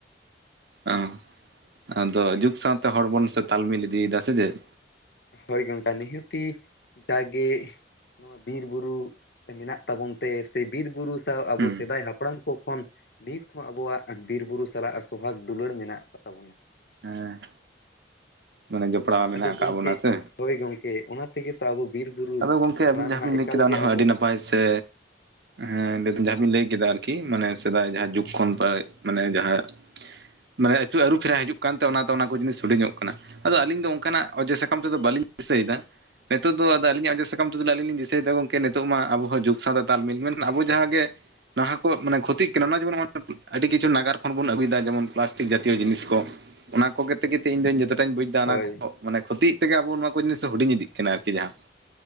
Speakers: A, on the right; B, on the left.
A: ᱚ ᱟᱫᱚ ᱡᱩᱜᱽ ᱥᱟᱶᱛᱮ ᱦᱚᱲ ᱵᱚᱱ ᱥᱮ ᱛᱟᱞᱢᱤᱞ ᱤᱫᱤᱭᱮᱫᱟ ᱥᱮ ᱪᱮᱫ,
B: ᱦ ᱜᱚᱱᱴᱟ ᱱᱦᱛᱤ ᱡᱟᱜᱮ, ᱱᱚᱣᱟ ᱵᱤᱨ ᱵᱩᱨᱩ ᱢᱮᱱᱟᱜ ᱛᱟᱵᱚᱱ ᱛᱮ ᱥᱮ ᱵᱤᱨ ᱵᱩᱨᱩ, ᱥᱟᱶ ᱟᱵᱚ
A: ᱦᱩᱸ
B: ᱥᱮᱫᱟᱭ ᱦᱟᱯᱲᱟᱢ ᱠᱚ ᱠᱷᱚᱱ ᱱᱤᱛ ᱦᱚᱸ ᱟᱵᱚᱣᱟᱜ ᱵᱤᱨ ᱵᱩᱨᱩ ᱥᱟᱞᱟᱜ ᱥᱚᱦᱟᱠ ᱫᱩᱞᱟᱹᱲ ᱢᱮᱱᱟᱜ ᱟᱠᱟ ᱛᱟᱵᱚᱱᱟ,
A: ᱦᱮᱸ ᱢᱟᱱᱮ ᱡᱚᱯᱲᱟᱣ ᱢᱮᱱᱟᱜ
B: ᱟᱫᱚ
A: ᱟᱠᱟᱫ
B: ᱜᱚᱝᱠᱮ
A: ᱵᱚᱱᱟ ᱥᱮ
B: ᱦᱳᱭ ᱜᱚᱢᱠᱮ ᱚᱱᱟ ᱛᱮᱜᱮ ᱛᱚ ᱟᱵᱚ ᱵᱤᱨ ᱵᱩᱨᱩ
A: ᱟᱫᱚ ᱜᱚᱢᱠᱮ
B: ᱪᱷᱟᱲᱟ
A: ᱟᱹᱵᱤᱱ ᱡᱟᱦᱟᱸ
B: ᱱᱟᱦᱟᱜ
A: ᱵᱤᱱ
B: ᱮᱠᱟᱞ
A: ᱞᱟᱹᱭ ᱠᱮᱫᱟ
B: ᱜᱮ
A: ᱚᱱᱟ ᱦᱚᱸ
B: ᱟᱵᱚ
A: ᱟᱹᱰᱤ ᱱᱟᱯᱟᱭ ᱥᱮ ᱦᱮᱸ ᱞᱟᱹᱭ ᱡᱟᱦᱟᱸ ᱵᱤᱱ ᱞᱟᱹᱭ ᱠᱮᱫᱟ ᱟᱨᱠᱤ ᱢᱟᱱᱮ ᱥᱮᱫᱟᱭ ᱡᱟᱦᱟᱸ ᱡᱩᱜᱽ ᱠᱷᱚᱱ ᱢᱟᱱᱮ ᱡᱟᱦᱟᱸ ᱢᱟᱱᱮ ᱟᱹᱪᱩᱨ ᱟᱹᱨᱩ ᱯᱷᱮᱨᱟ ᱦᱤᱡᱩᱜ ᱠᱟᱱᱛᱮ ᱚᱱᱟ ᱚᱱᱟ ᱠᱚ ᱡᱤᱱᱤᱥ ᱦᱚᱰᱤᱧ ᱧᱚᱜ ᱠᱟᱱᱟ ᱟᱫᱚ ᱟᱹᱞᱤᱧ ᱫᱚ ᱚᱱᱠᱟᱱᱟᱜ ᱚᱡᱮ ᱥᱟᱠᱟᱢ ᱛᱮᱫᱚ ᱵᱟᱹᱞᱤᱧ ᱫᱤᱥᱟᱹᱭᱮᱫᱟ ᱱᱤᱛᱚᱜ ᱫᱚ ᱟᱹᱞᱤᱧ ᱚᱡ ᱥᱟᱠᱟᱢ ᱛᱩ ᱟ ᱟᱹᱞᱤᱧ ᱞᱤᱧ ᱫᱤᱥᱟᱹᱭᱮᱫᱟ ᱜᱚᱝᱠᱮ ᱱᱤᱛᱚᱜ ᱢᱟ ᱟᱵᱚᱚᱸ ᱡᱩᱜᱽ ᱥᱟᱶᱛᱮ ᱛᱟᱞᱢᱤᱞ ᱢᱮᱱᱠᱷᱟᱱ ᱟᱵᱚ ᱡᱟᱦᱟᱸ ᱜᱮ ᱱᱟᱦᱟ ᱠᱚ ᱢᱟᱱᱮ ᱠᱷᱚᱛᱤᱜ ᱠᱟᱱᱟ ᱚᱱᱟ ᱡᱮᱢᱚᱱ ᱟᱹᱰᱤ ᱠᱤᱪᱷᱩ ᱱᱟᱜᱟᱨ ᱠᱷᱚᱱ ᱵᱚᱱ ᱟᱹᱜᱩᱭᱮᱫᱟ ᱡᱮᱢᱚᱱ ᱯᱞᱟᱥᱴᱤᱠ ᱡᱟᱛᱤᱭᱚ ᱡᱤᱱᱤᱥ ᱠᱚ ᱚᱱᱟ ᱠᱚᱛᱮ ᱜᱮ ᱤᱧᱫᱚᱧ ᱡᱚᱛᱚᱴᱟᱧ ᱵᱩᱡ ᱮᱫᱟ
B: ᱦᱳᱭ
A: ᱚᱱᱟ ᱠᱚ ᱢᱟᱱᱮ ᱠᱷᱚᱛᱤᱜ ᱟᱵᱚ ᱱᱚᱣᱟ ᱠᱚ ᱡᱤᱱᱤᱥ ᱦᱩᱰᱤᱧ ᱤᱫᱤᱜ ᱠᱟᱱᱟ ᱟᱨᱠᱤ ᱡᱟᱦᱟᱸ